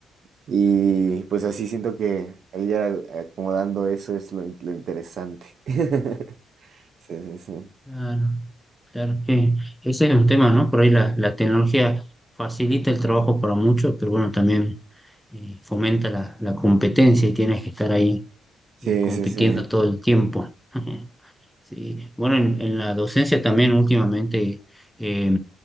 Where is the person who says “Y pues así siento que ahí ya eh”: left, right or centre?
Right